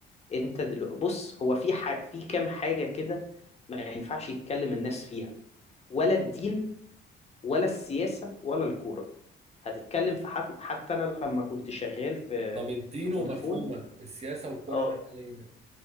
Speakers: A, on the left; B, on the right.
A: انت دلو... بص هو في ح... في كام حاجة كده ما ينفعش يتكلم الناس فيها ولا الدين ولا السياسة ولا الكورة هتتكلم في حت... حتى انا لما كنت شغال في
B: طب الدين
A: في
B: ومفهومة
A: فودافون
B: السياسة والكرة
A: اه
B: لا ليه؟